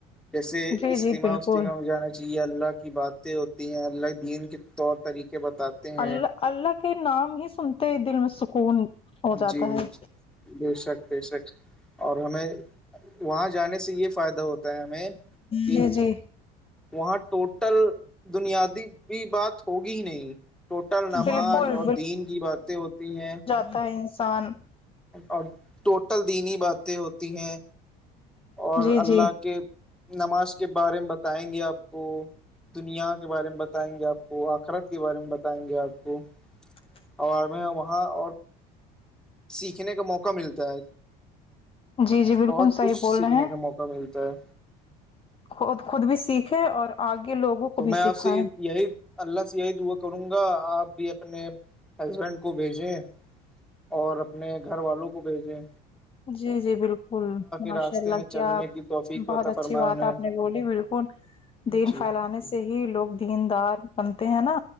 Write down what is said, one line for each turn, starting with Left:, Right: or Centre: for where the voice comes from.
Centre: جیسے
Left: جی
Centre: اجتماع
Left: جی بالکل
Centre: وجتماع میں جانا چاہیے جی اللہ کی باتیں ہوتی ہیں اللہ دین کے طور طریقے بتاتے ہیں
Left: اللہ اللہ کے نام ہی سنتے دل میں سکون ہو جاتا
Centre: جی
Left: ہے
Centre: بے شک بے شک اور ہمیں وہاں جانے سے یہ فائدہ ہوتا ہے ہمیں کہ
Left: جی جی
Centre: وہاں ٹوٹل دنیاوی بات ہوگی ہی نہیں ٹوٹل نماز
Left: بالکل
Centre: اور دین کی باتیں ہوتی ہیں
Left: تا انسان
Centre: اور ٹوٹل دینی باتیں ہوتی ہیں اور
Left: جی
Centre: اللہ
Left: جی
Centre: کے نماز کے بارے میں بتائیں گے آپ آپ کو دنیا کے بارے میں بتائیں گے آپ کو آخرت کے بارے میں بتائیں گے آپ کو
Left: <inaudible>
Centre: اور میں وہاں اور سیکھنے کا موقع ملتا ہے
Left: جی جی بالکل
Centre: بہت کچھ
Left: صحیح بول
Centre: سیکھنے
Left: رہے ہیں
Centre: کا موقع ملتا ہے
Left: خود خود بھی سیکھے اور آگے لوگوں کو
Centre: تو
Left: بھی
Centre: میں آپ
Left: سکھائے
Centre: سے یہی اللہ سے یہی دعا کروں گا آپ بھی اپنے ہسبینڈ کو بھیجیں اور اپنے گھر والوں کو بیچ دے
Left: جی جی بالکل ماشاء
Centre: راستے
Left: اللہ
Centre: میں
Left: کیا
Centre: چلنے کی توفیق
Left: بہت
Centre: عطا
Left: اچھی
Centre: فرمائے
Left: بات
Centre: انہیں
Left: ہے آپ نے بولی بالکل دین
Centre: جی
Left: پھیلانے سے ہی لوگ دیندار بنتے ہیں نا